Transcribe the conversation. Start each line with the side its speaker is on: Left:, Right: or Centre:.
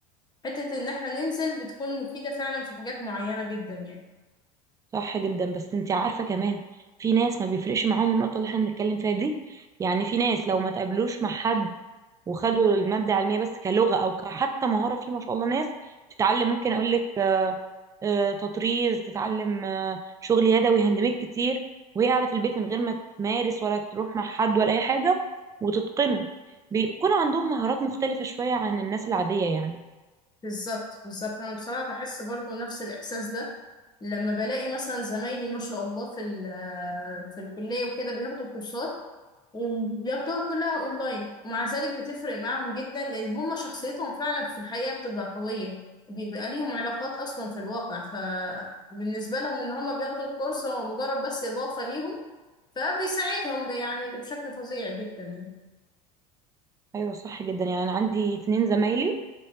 Left: حتة ان احنا ننزل بتكون مفيدة فعلا في حاجات معينة جدا يعني
Right: صح جدا بس انت عارفة كمان في ناس ما بيفرقش معاهم النقطة اللي احنا بنتكلم فيها دي يعني في ناس لو ما تقابلوش مع حد وخدوا المادة علمية بس كلغة أو ك- حتى مهارة في ما شاء الله ناس تتعلم ممكن أقول لك آه، تطريز تتعلم آه، شغل يدوي هاند ميد كتير وهي قاعدة في البيت من غير ما تمارس ولا تروح مع حد ولا أي حاجة وتتقنه بيكون عندهم مهارات مختلفة شوية عن الناس العادية يعني
Left: بالظبط بالظبط انا بصراحه بحس برضو نفس الاحساس ده لما بلاقي مثلا زمايلي ما شاء الله في ال- في الكليه وكده بياخدوا كورسات وبياخدوها كلها اونلاين ومع ذلك بتفرق معاهم جدا لان هم شخصيتهم فعلا في الحقيقه بتبقى قويه بيبقى ليهم علاقات اصلا في الواقع فبالنسبه لهم ان هم بياخدوا الكورس هو مجرد بس اضافه ليهم فبيساعدهم يعني بشكل فظيع جدا يعني
Right: أيوة صح جدا يعني أنا عندي اتنين زمايلي